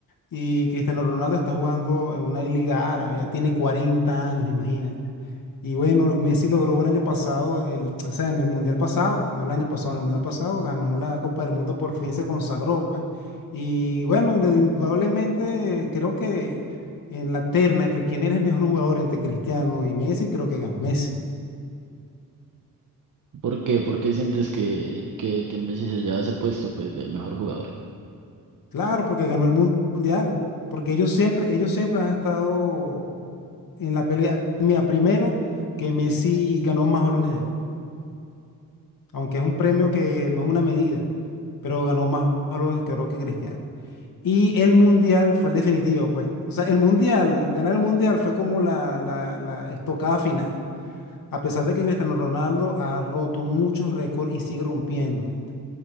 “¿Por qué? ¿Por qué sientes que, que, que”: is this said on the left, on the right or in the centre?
Right